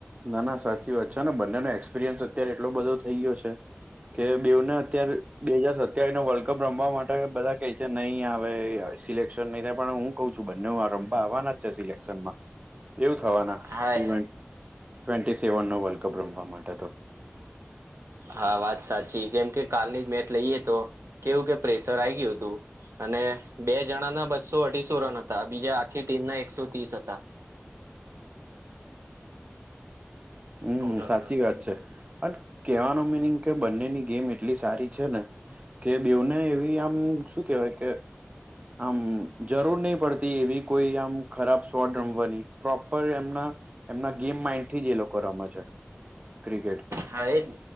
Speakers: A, on the right; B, on the right.
A: ના ના સાચી વાત છે ને બંનેનો એક્સપિરિયન્સ અત્યારે એટલો બધો થઈ ગયો છે. કે બેવને અત્યારે બે હાજાર સત્યાવીસ નો વર્લ્ડ કપ રમવા માટે બધા કે છે નહી આવે એ આવે. સિલેક્શન નહી થાય પણ હું કઉ છું બંને રમપ આવવાના જ છે સિલેક્શમાં, એવું થવાના.
B: હા
A: ટ ટ્વેન્ટી સેવન નો વર્લ્ડ કપ રમવા માટે તો
B: હા વાત સાચી છેમ કે કાલની જ મેચ લઈએ તો કેવું કે પ્રેશર આ ગયું હતુ. અને બે જણાના બસો અઢીસો રન હતા બીજા આખી ટીમના એકસો ત્રીસ હતા.
A: છે. હમ
B: ટોટલ
A: સાચી
B: રન
A: વાત છે. પણ કેવાનો મિનિંગ કે બંનેની ગેમ એટલી સારી છે ને. કે બેને એવી આમ શું કેહેવાય કે આમ જરૂર નહી પડતી એવી કોઈ આમ ખરાબ શોટ રમવાની પ્રોપર એમના એમના ગેમ માઈન્ડ થી જ એ લોકો રમે છે ક્રિકેટ
B: હા એજ,